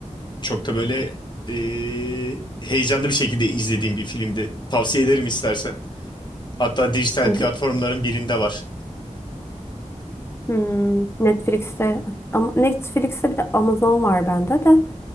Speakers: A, on the left; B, on the left.
A: çok da böyle e, heyecanlı bir şekilde izlediğim bir filmdi. Tavsiye ederim istersen. Hatta dijital
B: G-
A: platformların birinde var.
B: Hmm, Netflix'te ama Netflix'te bir de Amazon var bende de.